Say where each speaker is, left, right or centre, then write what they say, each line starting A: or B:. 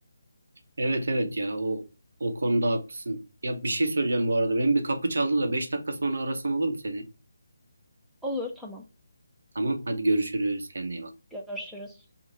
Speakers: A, on the right; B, in the centre.
A: Evet evet ya o o konuda haklısın. Ya bir şey söyleyeceğim bu arada. Benim bir kapı çaldı da Beş dakika sonra arasam olur mu seni?
B: Olur tamam
A: Tamam hadi görüşürüz. Kendine iyi bak.
B: görüşürüz.